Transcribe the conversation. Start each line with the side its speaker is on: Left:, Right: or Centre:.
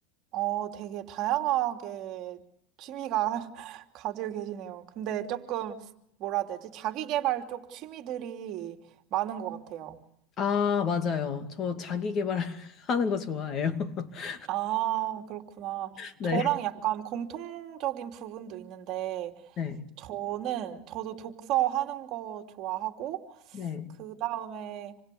Right: 어, 되게 다양하게 취미가 <laughs> 가지고 계시네요. 근데 조금, 뭐라 해야 되지? 자기 개발 쪽 취미들이 많은 것 같아요.
Left: 아, 맞아요. 저 자기 개발하는 <laughs> 거 좋아해요. <laughs>
Right: 아, 그렇구나.
Left: 네.
Right: 저랑 약간 공통적인 부분도 있는데,
Left: 네.
Right: 저는, 저도 독서하는 거 좋아하고,
Left: 네.
Right: 그 다음에